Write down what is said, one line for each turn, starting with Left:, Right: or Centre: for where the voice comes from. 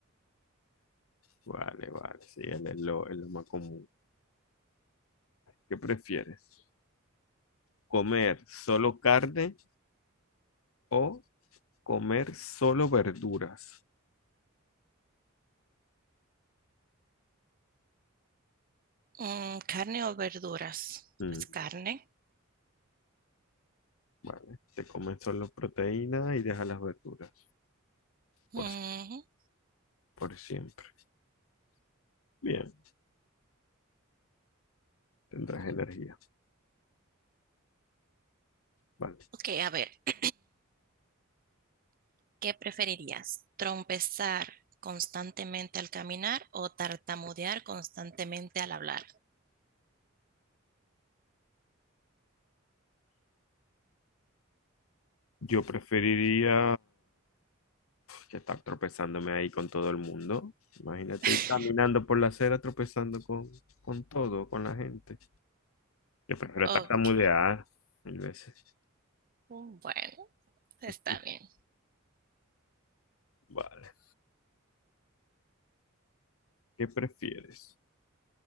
Left: Vale, vale, sí, es lo, es lo más común. ¿Qué prefieres? ¿Comer solo carne o comer solo verduras?
Right: Mm, ¿carne o verduras?
Left: Mm,
Right: Pues carne.
Left: vale, te comes solo proteína y dejas las verduras por,
Right: Ujú.
Left: si- por siempre. Bien, tendrás energía. Vale.
Right: Ok, a ver, <clears throat> ¿qué preferirías? ¿Trompezar constantemente al caminar o tartamudear constantemente al hablar?
Left: Yo preferiría que estar tropezándome ahí con todo el mundo. Imagínate
Right: <laughs>
Left: ir caminando por la acera tropezando con, con todo, con la gente. Yo prefiero
Right: Ok,
Left: tartamudear mil veces.
Right: bueno, está
Left: <laughs>
Right: bien.
Left: Vale. ¿Qué prefieres?